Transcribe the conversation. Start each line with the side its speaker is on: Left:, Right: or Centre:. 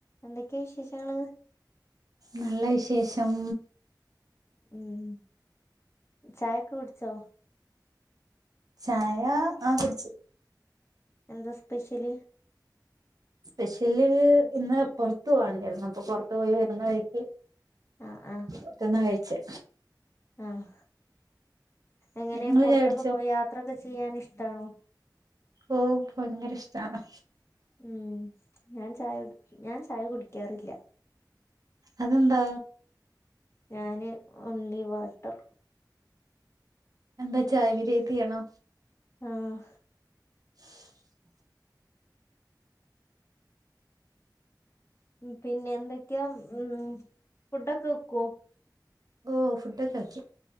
Left: എന്തൊക്കെ വിശേഷങ്ങൾ
Right: നല്ല വിശേഷം
Left: ഉം ചായൊക്കെ കുടിച്ചോ
Right: ചായ ആഹ് കുടിച്ച്
Left: എന്താ സ്പെഷ്യൽ
Right: സ്പെഷ്യൽ ഇന്ന് പുറത്തു പോകണ്ടായിരുന്നു അപ്പൊ പുറത്തു പോയി വരുന്ന വഴിക്ക്
Left: ആഹ് ആഹ്
Right: പോർത്ത്ന്ന കഴിച്ചേ
Left: ആഹ് എങ്ങനെ
Right: നിങ്ങള്
Left: പുറത്തൊക്കെ
Right: ചായ കുടിച്ചോ
Left: പോയ് യാത്രൊക്കെ ചെയ്യാൻ ഇഷ്ടാണോ
Right: ഓ ഭയങ്കര ഇഷ്ടാണ്
Left: ഉം ഞാൻ ചായ കുടി ഞാൻ ചായ കുടിക്കാറില്ല
Right: അതെന്താ
Left: ഞാന് ഓൺലി വാട്ടർ
Right: എന്താ ചായ വിരോധിയാണോ
Left: ആഹ്
Right: <inaudible>
Left: പിന്നെ എന്തൊക്കാ ഉഫുഡൊക്കെ വെക്കോ
Right: ഓഹ് ഫുഡൊക്കെ വെക്കും